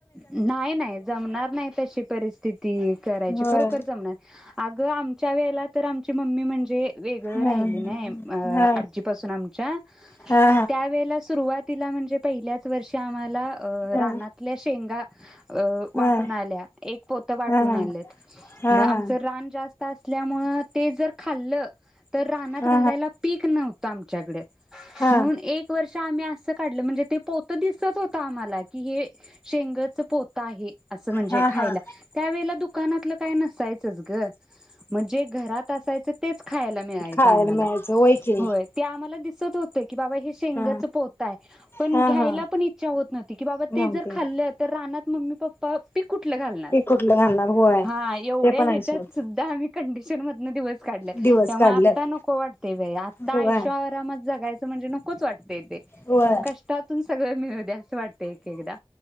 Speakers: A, in the centre; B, on the left.
A: नाही नाही जमणार नाही तशी परिस्थिती करायची
B: होय
A: खरोखर जमणार नाही अगं आमच्या वेळेला तर आमची मम्मी म्हणजे वेगळ
B: हा
A: राहिली नये
B: हा
A: आजी पासून आमच्या
B: हा
A: त्यावेळी सुरवातीला म्हणजे पहिल्याच वर्षी आम्हाला
B: हा
A: रानातली शेंगा अ
B: हा हा
A: वाटून आल्या एक पोत वाटून
B: हा हा
A: आल्यात
B: हा हा हा
A: म आमच
B: हा
A: रान जास्त असल्यामुळे ते जर खाल्लं तर रानात
B: हा
A: घालायला पीक नव्हतं आमच्याकडे
B: हा
A: म्हणून एक वर्ष आम्ही असं काढलं म्हणजे ते पोत दिसत होत आम्हाला की हे शेंगच पोत आहे असं म्हणजे
B: हा
A: खायला
B: हा
A: त्यावेळे दुकानातलं काय नसायचंच ग म्हणजे घरात असायचं तेच खायला मिळायच
B: खायला
A: आम्हाला
B: मिळायचं की
A: होय ते आम्हाला दिसत होते की बाबा हे शेंगच
B: हा
A: पोतय पण
B: हा
A: घ्यायला
B: हा
A: पण इच्छा होत नव्हती की बा ते
B: नव्हते
A: जर खाल् तर राना ममी पप्पा पी कुठ कुठलं घालणार
B: ते कुठलं घालणार होय
A: हा एवढया
B: ते पण
A: ह्याच्यात
B: आहे सोड
A: सुद्धा आम्ही कंडीशन श्रीमतन दिवस काढले
B: दिवस
A: त्यामुळे
B: काढल्यात
A: आत्ता नको वाटतेय बाई आता
B: होय
A: आयशो आरामात जगायचं म्हणजे नकोच वाटतेय ते
B: होय
A: कष्टातून सगळं मिळू दे असं वाटतय एक एकदा